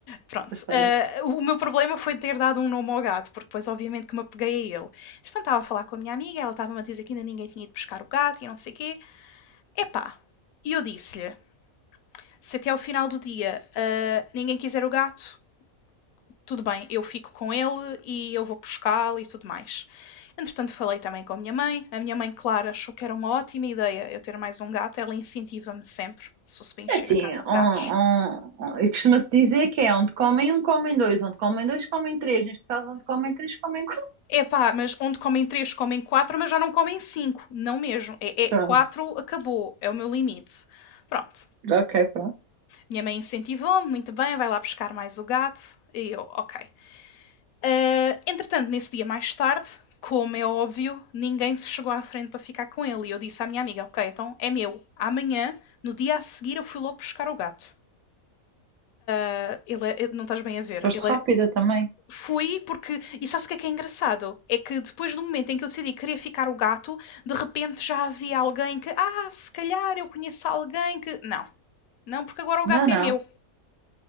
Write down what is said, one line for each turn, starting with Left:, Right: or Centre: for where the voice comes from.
Left: Pronto,
Right: a história.
Left: eh, o meu problema foi ter dado um nome ao gato, porque depois obviamente que me apeguei a ele. Então estava a falar com a minha amiga, ela estava-me a dizer que ainda ninguém tinha ido buscar o gato e não sei o quê. Epá, e eu disse-lhe, se até ao final do dia eh, ninguém quiser o gato, tudo bem, eu fico com ele e eu vou buscá-lo e tudo mais. Entretanto, falei também com a minha mãe. A minha mãe, Clara achou que era uma ótima ideia eu ter mais um gato. Ela incentiva-me sempre, se eu se bem encher
Right: É Assim,
Left: a casa de
Right: um,
Left: gatos.
Right: um, um- e costuma-se dizer que é onde comem um, comem dois, onde comem dois, comem três. Neste caso, onde comem três, comem quatro.
Left: Epá, mas onde comem três, comem quatro, mas já não comem cinco. Não mesmo. É, é
Right: Pronto,
Left: quatro, acabou. É o meu limite. Pronto.
Right: ok, pronto.
Left: Minha mãe incentivou-me, muito bem, vai lá buscar mais o gato. E eu, ok. Ah, entretanto, nesse dia mais tarde, como é óbvio, ninguém se chegou à frente para ficar com ele. E eu disse à minha amiga, ok, então é meu. Amanhã, no dia a seguir, eu fui logo buscar o gato. Ah, Ele é, não estás bem a ver,
Right: Foste
Left: ele
Right: rápida
Left: é
Right: também.
Left: Fui porque. E sabes o que é que é engraçado? É que depois do momento em que eu decidi que queria ficar o gato, de repente já havia alguém que. Ah, se calhar eu conheço alguém que. Não, não, porque agora o
Right: Não,
Left: gato
Right: não.
Left: é meu.